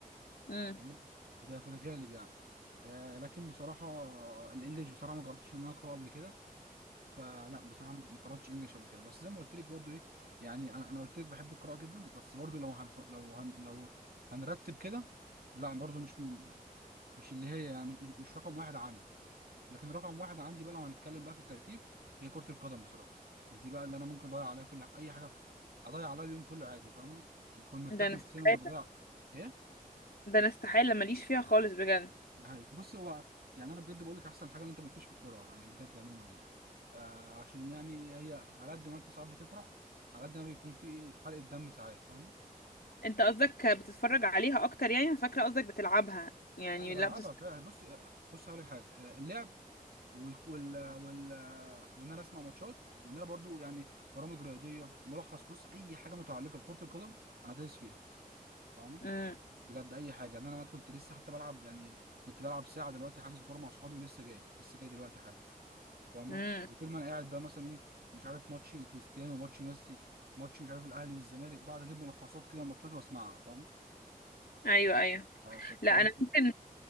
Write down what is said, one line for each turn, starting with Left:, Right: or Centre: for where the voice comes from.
Left: امم
Right: تمام؟ بتبقى في الغالب يعني آه، لكن بصراحه آه، الانجليش بصراحه ما جربتش ان انا اقراه قبل كده فلا بصراحه ما قراتش انجليش قبل كده بس زي ما قلت لك برضه ايه يعني انا أنا قلت لك بحب القراءه جدا بس برضه لو هنح... لو هن... لو هنرتب كده لا برضه مش من مش اللي هي يعني مش مش رقم واحد عندي لكن رقم واحد عندي بقى لو هنتكلم بقى في الترتيب هي كرة القدم بصراحة دي بقى اللي انا ممكن اضيع عليها كل اي حاجة في... اضيع عليها اليوم كله عادي فاهمة بكون مرتاح
Left: ده انا
Right: نفسيا
Left: استحالة
Right: وانا بضيع ايه
Left: ده انا استحالة ماليش فيها خالص بجد
Right: ده حقيقي. بص هو يعني انا بجد بقول لك احسن حاجة ان انت مالكيش في الكورة يعني بجد عموما يعني آه عشان يعني هي على قد ما انت ساعات بتفرح على قد ما بيكون في حرقة دم ساعات فاهم
Left: انت قصدك بتتفرج عليها اكتر يعني انا فاكرة قصدك بتلعبها يعني
Right: لا انا بلعبها
Left: لا بتتفرج
Right: فعلا بص آه، بص هقول لك حاجة اللعب وال وال وال وان انا اسمع ماتشات وان انا برضو يعني برامج رياضيه ملخص بص اي حاجه متعلقه بكره القدم انا دايس فيها فاهمه
Left: امم
Right: بجد اي حاجه يعني انا كنت لسه حتى بلعب يعني كنت بلعب ساعه دلوقتي حجز كوره مع صحابي ولسه جاي لسه جاي دلوقتي حاجه فاهمه
Left: امم
Right: وطول ما انا قاعد ده مثلا ايه مش عارف ماتش كريستيانو ماتش ميسي ماتش مش عارف الاهلي والزمالك بعد اجيب ملخصات كده ماتشات واسمعها فاهمه
Left: ايوه ايوه
Right: اه فبصراحه
Left: لا انا ممكن